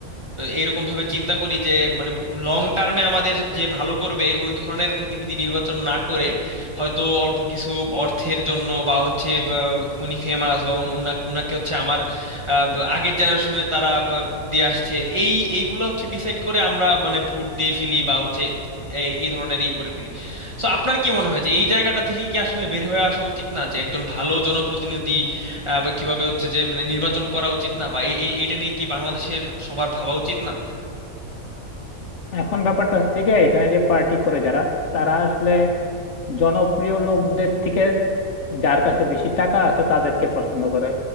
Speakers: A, on the right (about 25°); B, on the left (about 60°).
A: এইরকম ভাবে চিন্তা করি যে মানে লং টার্মে আমাদের যে ভালো করবে ওই ধরনের প্রতিনিধি নির্বাচন না করে হয়তো অল্প কিছু অর্থের জন্য বা হচ্ছে বা উনি ফেমাস বা উন- উনা- উনাকে হচ্ছে আমার আহ, ব- আগের জেনারেশনে তারা ব- ভোট দিয়ে আসছে এই এইগুলো হচ্ছে ডিসাইড করে আমরা মানে ভোট দিয়ে ফেলি বা হচ্ছে এই এই ধরনের ই করে ফেলি সো আপনার কি মনে হয় যে এই জায়গাটা থেকে কি আসলে বের হয়ে আসা উচিত না যে একজন ভালো জনপ্রতিনিধি আহ, বা কিভাবে হচ্ছে যে মানে নির্বাচন করা উচিত না বা এই এই- এটা নিয়ে কি বাংলাদেশের সবার ভাবা উচিত না
B: এখন ব্যাপারটা হচ্ছে কি এখানে যে পার্টি করে যারা তারা আসলে জনপ্রিয় লোকদের থেকে যার কাছে বেশি টাকা আছে তাদেরকে পছন্দ করে